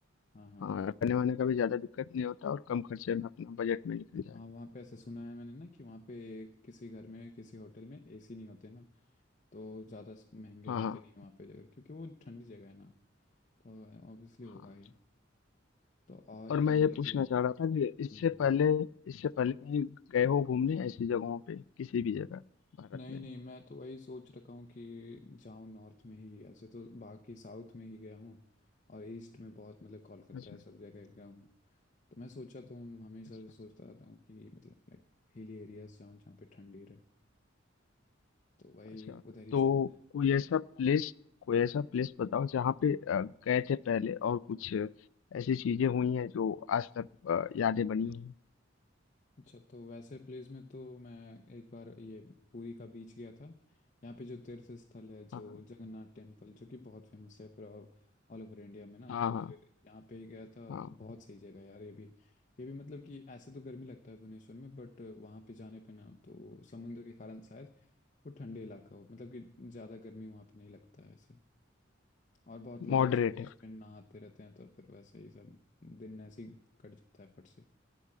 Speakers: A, on the left; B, on the left.
A: हाँ हाँ
B: हाँ रहने वहने का भी ज़्यादा दिक्कत नहीं होता और कम खर्चे में अपना बजट में निकल जाएगा
A: हाँ वहाँ पे ऐसा सुना है मैंने ना कि वहाँ पे किसी घर में किसी होटल में एसी नहीं होते ना तो ज़्यादा महंगे
B: हाँ
A: होते
B: हाँ
A: नहीं हैं वहाँ पे जगह क्योंकि वो ठंडी जगह है ना तो ऑब्वियसली
B: हाँ
A: होगा ही तो और
B: और मैं
A: क्या मतलब
B: ये पूछना
A: कि
B: चाह रहा था कि
A: हम्म
B: इससे पहले इससे पहले कहीं गए हो घूमने ऐसी जगहों पे किसी भी जगह भारत
A: नहीं
B: में
A: नहीं मैं तो वही सोच रखा हूँ कि जाऊँ नॉर्थ में ही ऐसे तो बाकी साउथ में ही गया हूँ और ईस्ट में बहुत मतलब कोलकाता
B: अच्छा
A: है सब जगह गया हूँ तो मैं सोचा तो हूँ हमेशा
B: अच्छा
A: से सोचता रहता हूँ कि मतलब लाइक हिली एरियाज जाऊँ जहाँ पे ठंडी रहे तो वही
B: अच्छा
A: उधर ही
B: तो
A: चलते हैं
B: कोई ऐसा प्लेस कोई ऐसा प्लेस बताओ जहाँ पे अ, गए थे पहले और कुछ ऐसी चीजें हुई हैं जो आज तक अ, यादें बनी हुई हैं
A: अच्छा तो वैसे प्लेस में तो मैं एक बार ये पुरी का बीच गया था यहाँ पे जो तीर्थ स्थल है जो
B: हाँ
A: जगन्नाथ टेम्पल जो कि बहुत फेमस है पूरा ऑल ओवर इंडिया में ना
B: हाँ
A: तो
B: हाँ
A: फिर यहाँ पे गया था
B: हाँ
A: तो बहुत सही जगह है यार ये भी ये भी मतलब कि ऐसे तो गर्मी लगता है भुवनेश्वर में बट वहाँ पे जाने पे ना तो समुद्र के कारण शायद वो ठंडे इलाका हो मतलब कि ज़्यादा गर्मी वहाँ पे नहीं लगता है ऐसे और बहुत लोग
B: मॉडरेट
A: वैसे बीच
B: है
A: में नहाते रहते हैं तो फिर वैसे ही सब दिन ऐसे ही कट जाता है फट से